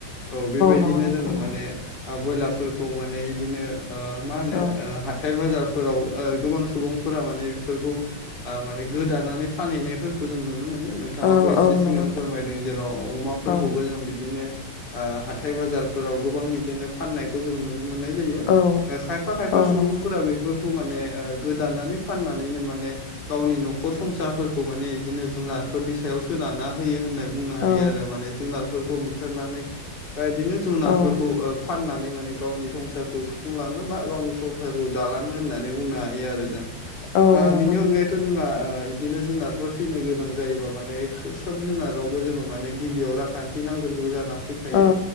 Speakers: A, on the left; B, on the left.
A: औ बेबायदिनो
B: नंगौ नोंथां
A: जोङो
B: नंगौ
A: माने ओ बयलारफोरखौ माने इदिनो ओ मा होनो
B: औ
A: ओ हाथाय बाजार फोराव ओ गोबां सुबुंफोरा माने बेफोरखौ ओ माने गोदानानै फानहैनायफोरखौ जों नुनो मोनो नों थाङाबो
B: औ
A: एसे
B: औ
A: सिगां
B: नंगौ नोंथां
A: फोरमायदों जेराव अमा
B: औ
A: जों बिदिनो ओ हाथाय बाजारफोराव गोबां इदिनो फाननाय खौ जों नुनो मोननाय जायो
B: औ
A: ओ खायफा खायफा
B: औ
A: सुबुंफोरा
B: नंगौ नोंथां
A: बे फोरखौ माने ओ गोदानानै फाननानैनो माने गावनि न'खर संसारफोरखौ माने इदिनो जुनारफोरनि सायाव सोनारना होयो होननाय बुंनो हायो
B: औ
A: आरो माने जुनारफोरखौ बुथारनानै बा इदिनो जुनारफोरखौ
B: औ
A: ओ फाननानै माने गावनि संसारखौ सुफुंलाङो बा गावनि संसारखौ जालाङो होननानै बुंनो हायो आरो जों।
B: औ
A: ओ
B: नंगौ
A: बिनि
B: नोंथां
A: अनगायै थ' जोंहा ओ इदिनो जुनारफोर फिनो गोनां जायोबा माने सब जुनारावबो जोङो माने गिबियाव रां खान्थि नांगोरगौ जाना फैफायो
B: औ